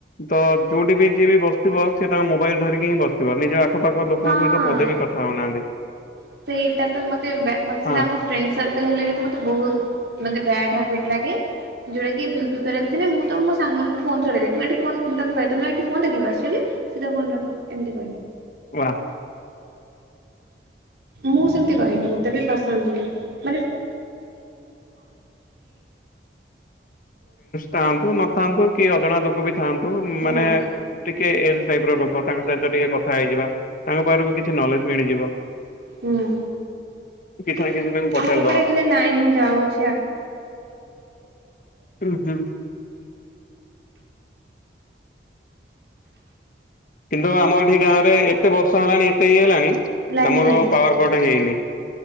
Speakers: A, on the left; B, on the right.
A: ତ ଯଉଠି ବି ଯିଏ ବି ବସ୍‌ଥିବ, ସିଏ ତାଙ୍କ ମୋବାଇଲ୍ ଧରିକି ହିଁ ବସ୍‌ଥିବ। ନିଜ ଆଖପାଖ ଲୋକଙ୍କ
B: ହଁ।
A: ସେଇତ ପଦେ ବି କଥା ହଉ ନାଆନ୍ତି।
B: <inaudible> ମତେ ବହୁତ୍
A: ହଁ
B: ମାନେ ବ୍ୟାଡ୍‌ ହାବିଟ୍ ଲାଗେ। ଯଉଟା କି ବି--କୁଲ୍ କରିବା କଥା ନାଇଁ, ମୁଁ ତ ମୋ ସାଙ୍ଗମାନଙ୍କୁ ଫୋନ୍‌ ଛଡ଼େଇ। ତୁ ଫୋନ୍‌ ମୁଁ ତାଙ୍କୁ କହେ ତମେ ଏଠି ଫୋନ୍ ଦେଖିବାକୁ ଆସ୍‌ଚ କି? ସିଦା ଫୋନ୍‌ ରଖ। ଏମ୍ତି
A: <inaudible>
B: ମୁଁ ସେମ୍ତି କରେନି, ମତେ ବି ପସନ୍ଦ୍ ନୁଏଁ। <inaudible>
A: ତାଆନ୍ତୁ ନଥାନ୍ତୁ, କି ଅଜଣା ଲୋକ ବି ଥା
B: ହୁଁ।
A: ମାନେ, ଟିକେ ଏଲ୍‌ ଟାଇପ୍ ର ଲୋକ ତାଙ୍କ ସ--ତ ଟିକେ କଥା ହେଇଯିବା। ତାଙ୍କ ପାଖ କିଛି ନଲେଜ୍‌ ମିଳିଯିବ।
B: ହୁଁ,
A: କିଛି
B: ଆମର
A: ନା କିଛି ତାଙ୍କୁ ପଚାରିଦବା।
B: ଏପଟେ ଖାଲି ନାଇନ୍‌ ଯାଉ <inaudible>
A: ହୁଁ ହୁଁ କିନ୍ତୁ ଆମ ଗାଁ ରେ ଏତେ ବର୍ଷା ହେଲାଣି, ଏତେ ଇଏ ହେଲାଣି
B: ଲାଇନ
A: ଆମର
B: ଯାଇନି।
A: ପାୱାର୍ କଟ ହେଇନି।